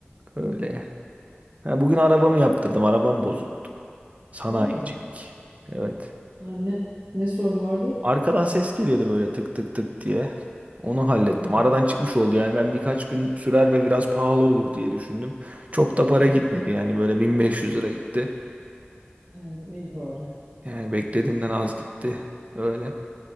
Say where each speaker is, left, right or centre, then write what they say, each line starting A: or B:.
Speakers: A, on the right (about 35°); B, on the right (about 50°).
A: Öyle. Ha, bugün arabamı yaptırdım. Arabam bozuktu. Sanayicilik.
B: Hı.
A: Evet.
B: Anne ne sorunu vardı?
A: Arkadan ses geliyordu böyle tık tık tık diye. Onu hallettim.
B: Hı.
A: Aradan çıkmış oldu yani. Ben birkaç gün sürer ve biraz pahalı olur diye düşündüm. Çok da para
B: Hı.
A: gitmedi yani. Böyle 1500 lira gitti.
B: Hı, İyi bari.
A: Yani beklediğimden az gitti. Öyle.